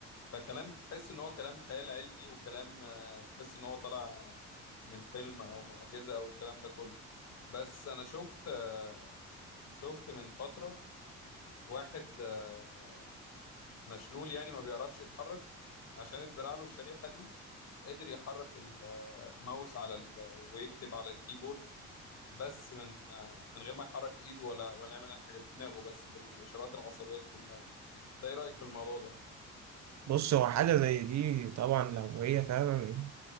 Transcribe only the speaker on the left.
فكلام تحس ان هو كلام خيال علمي وكلام آه، تحس ان هو طالع من فيلم او معجزة او الكلام ده كله بس انا شفت آه، شفت من فترة واحد آه، مشلول يعني ما بيعرفش يتحرك عشان اتزرع له الشريحة دي قدر يحرك الماوس على ال... ويكتب على الكيبورد بس من آه، من غير ما يحرك ايده ولا ولا يعمل اي حاجة بدماغه بس بالاشارات العصبية اللي في دماغه ده ايه رأيك في الموضوع ده